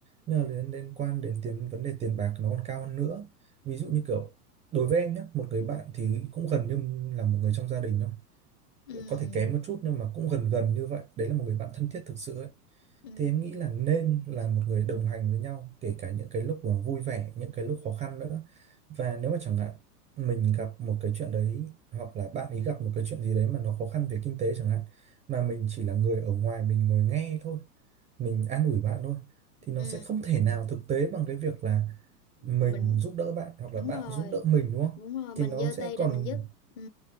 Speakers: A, on the right; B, on the left.
A: nhưng mà liên liên quan đến tiền vấn đề tiền bạc nó còn cao hơn nữa ví dụ
B: ừ
A: như kiểu đối với em nhé một người bạn thì cũng gần như là một người trong gia đình thôi
B: ừ
A: có thể kém một chút nhưng mà cũng gần gần như vậy đấy là một người bạn thân thiết thực sự ấy
B: ừ
A: thì em nghĩ là nên là một người đồng hành với nhau kể cả những cái lúc mà vui vẻ những cái lúc khó khăn nữa và nếu mà chẳng hạn mình gặp một cái chuyện đấy hoặc là bạn ấy gặp một cái chuyện gì đấy mà nó khó khăn về kinh tế chẳng hạn mà mình chỉ là người ở ngoài mình ngồi nghe thôi mình an ủi bạn thôi thì nó
B: ừ.
A: sẽ không thể nào thực tế bằng cái việc là mình
B: mình
A: giúp đỡ bạn hoặc
B: đúng
A: là bạn
B: rồi
A: giúp đỡ mình đúng không
B: đúng rồi
A: thì
B: mình
A: nó
B: giơ
A: sẽ
B: tay
A: còn
B: ra mình giúp ừ